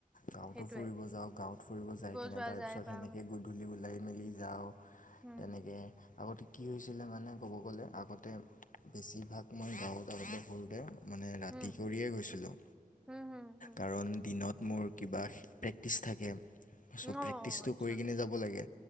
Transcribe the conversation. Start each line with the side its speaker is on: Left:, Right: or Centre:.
Left: গাঁৱতো
Centre: সেইটোয়ে
Left: ফুৰিব যাওঁ গাঁৱত ফুৰিব যায় কিনে
Centre: যোৱা
Left: তাৰপিছত
Centre: যায় বা
Left: সেনেকে গধূলি ওলাই মেলি যাওঁ
Centre: উম
Left: তেনেকে আগতে কি হৈছিলে মানে ক'ব গ'লে আগতে বেছিভাগ মই গাঁৱত আগতে সৰুতে মানে ৰাতি
Centre: উম
Left: কৰিয়ে গৈছিলোঁ
Centre: হুম হুম হুম
Left: কাৰণ দিনত মোৰ কিবা প্ৰেক্টিছ থাকে চ‌ প্ৰেক্টিছটো
Centre: অ আচ্ছা
Left: কৰি কিনে যাব লাগে